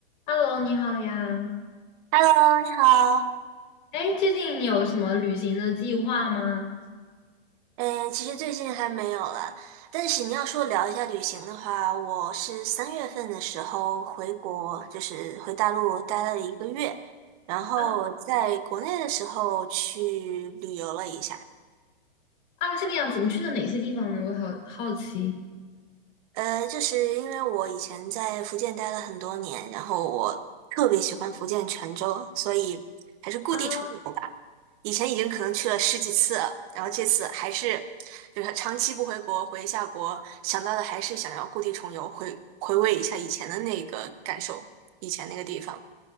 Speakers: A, on the left; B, on the right.
A: Hello，你好呀。
B: Hello，你好。
A: 哎，最近你有什么旅行的计划吗？
B: 呃，其实最近还没有了，但是你要说聊一下旅行的话，我是三月份的时候回国，就是回大陆待了一个月，然后在国内的时候去旅游了一下。
A: 啊啊，这个样子，你去了哪些地方呢？我好好奇
B: 呃，就是因为我以前在福建待了很多年，然后我特别喜欢福建泉州，所以还是故地重游。
A: 啊，
B: 吧。以前已经可能去了十几次了然后这次还是就是长期不回国，回一下国，想到的还是想要故地重游，回回味一下以前的那个感受，以前那个地方。